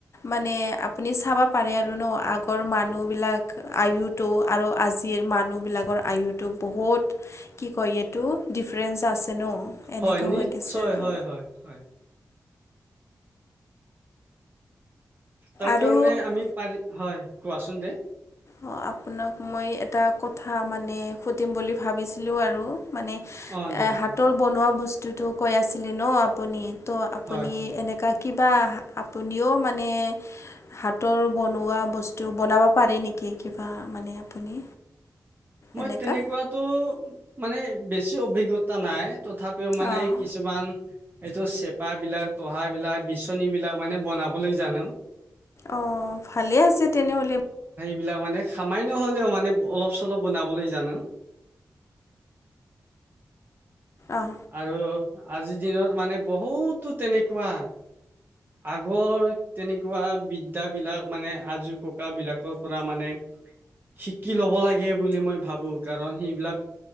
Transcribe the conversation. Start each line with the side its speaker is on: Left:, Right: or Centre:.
Left: মানে আপুনি চাব পাৰে আৰু আগৰ মানুহ বিলাক আয়ুটো আৰু আজিৰ মানুহবিলাকৰ আয়ুটো বহুত কি কয় এইটো ডিফাৰেঞ্চ আছে ন
Right: হয়
Left: এনেকুৱা
Right: নিশ্চয়
Left: হৈ গৈছে আৰু
Right: হয় হয় হয় তাৰ
Left: আৰু
Right: কাৰণে আমি পাৰি হয় কোৱাচোন দে
Left: অ', আপোনাক মই এটা কথা মানে সুধিম বুলি ভাবিছিলোঁ আৰু মানে
Right: অ দে দে
Left: হাতৰ
Right: কোৱা
Left: বনোৱা বস্তুটো কৈ আছিলে ন আপুনি ত' আপুনি
Right: হয় হয়
Left: এনেকা কি বা আপুনিও মানে হাতৰ বনোৱা বস্তু বনাব পাৰে নেকি ক কিবা মানে আপুনি
Right: মই
Left: এনেকুৱা
Right: তেনেকুৱাতো মানে বেছি অভিজ্ঞতা নাই তথাপিও মানে
Left: অঁ
Right: কিছুমান এইটো চেপাবলাক তহ বিলাক বিচনী বিলাক মানে বনাবলৈ জানো
Left: অ', ালে আছে তেনেহ'লে
Right: বিলাক মানে খামাই নহ'লেও মানে অলপ বঅলপ বনাবলৈ জানো
Left: অঁ
Right: আৰু আজিৰ দিনত মানে বহুতো তেনেকুৱা আগৰ তেনেকুৱা বিদ্যাবিলাক মানে আজোৰ ককাবিলাকৰ পৰা মানে শিকি ল'ব লাগে বুলি মই ভাবো কাৰণ সেইবিলাক